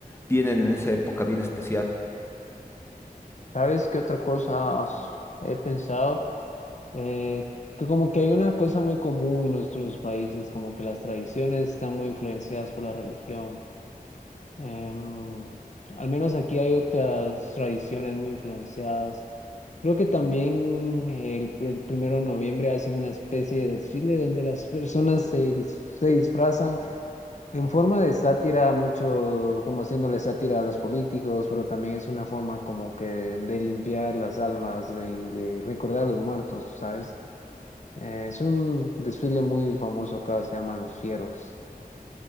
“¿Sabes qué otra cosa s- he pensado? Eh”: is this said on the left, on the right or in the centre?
Left